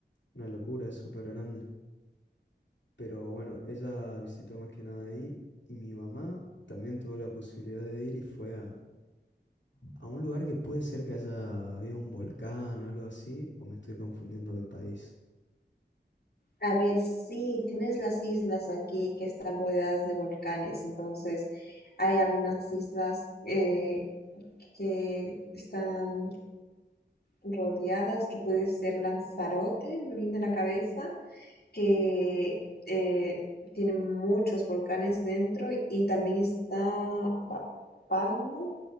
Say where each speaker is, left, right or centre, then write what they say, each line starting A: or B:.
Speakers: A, on the left (about 80°); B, on the left (about 55°).
A: una locura, es súper grande. Pero bueno, ella visitó más que nada ahí y mi mamá también tuvo la posibilidad de ir y fue a, a un lugar que puede ser que haya habido un volcán o algo así, o me estoy confundiendo de país.
B: A ver, sí, tienes las islas aquí que están rodeadas de volcanes, entonces hay algunas islas eh, que están rodeadas, que puede ser Lanzarote, me viene a la cabeza, que eh, tiene muchos volcanes dentro y también está La Palma,